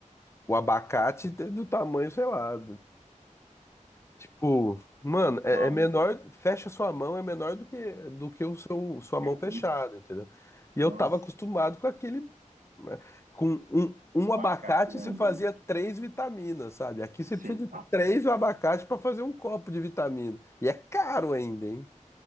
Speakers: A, on the left; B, on the right.
A: o abacate é do tamanho, sei lá, Tipo, mano, é,
B: Uma
A: é menor,
B: uva.
A: fecha sua mão é menor do que do que o seu sua mão
B: Que
A: fechada,
B: isso?
A: entendeu? E eu
B: Nossa.
A: tava acostumado com aquele né, com um, um abacate
B: Abacate grandão.
A: você fazia três vitaminas, sabe? Aqui você
B: Sim.
A: precisa de três abacates pra fazer um copo de vitamina. E é caro ainda, hein?